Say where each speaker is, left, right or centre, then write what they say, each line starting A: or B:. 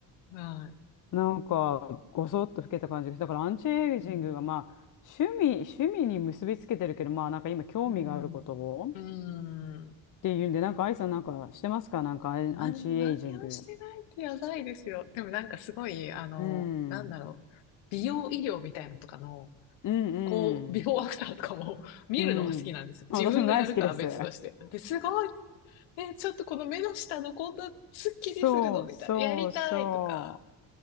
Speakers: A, on the left; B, on the left.
A: はい。
B: なんか、ごそっと老けた感じがして、だからアンチエイジングがまあ、
A: うん。
B: 趣味、趣味に結びつけてるけど、まあなんか今興味があることをっ
A: うん。うん。
B: ていうんで、なんかアイさんなんかしてますかなんかアンアンチエイジング。
A: な、何をしてないってやばいですよ。でもなんかすごい、あの、
B: うん、
A: なんだろう。
B: うん、
A: 美容医療みたいなのとかの、
B: うん、
A: こう、ビフォーアフターとかも <laughs> 見るのが好きなんですよ。
B: うん。あ私も大好きです。
A: 自分がやるかは別として。で、すごいえ、ちょっとこの目の下のこんなスッキリするのみたいな。
B: そうそうそ
A: やりたいとか